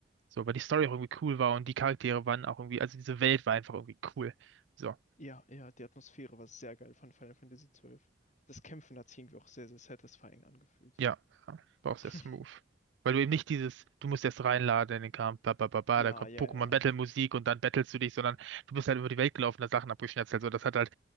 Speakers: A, on the right (about 75°); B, on the left (about 40°).
A: So, weil die Story auch irgendwie cool war und die Charaktere waren auch irgendwie, also diese Welt war einfach irgendwie cool. So.
B: Ja, ja, die Atmosphäre war sehr geil von Final Fantasy XII. Das Kämpfen hat sich irgendwie auch sehr, sehr satisfying angefühlt.
A: Ja, ja, brauchst
B: <laughs>
A: erst Move. Weil du eben nicht dieses, du musst erst reinladen in den Kampf, ba, ba, ba, ba,
B: Ja,
A: da kommt
B: ja,
A: Pokémon
B: ja, ja.
A: Battle Musik und dann battlest du dich, sondern du bist halt über die Welt gelaufen, da Sachen abgeschnetzelt. So, das hat halt